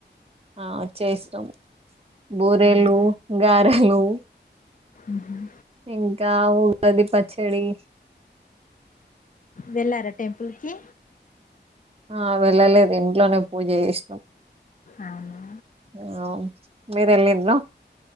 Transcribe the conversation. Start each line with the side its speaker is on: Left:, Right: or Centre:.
Right: ఆ చేస్తాము బూరెలు
Left: అవునా
Right: గారెలు
Left: ఉహుం.
Right: ఇంకా ఉగాది పచ్చడి
Left: వెళ్ళారా టెంపుల్కి
Right: ఆ వెళ్ళలేదు ఇంట్లోనే పూజ చేసినాం
Left: అవునా
Right: ఆ మీరేలిండ్ల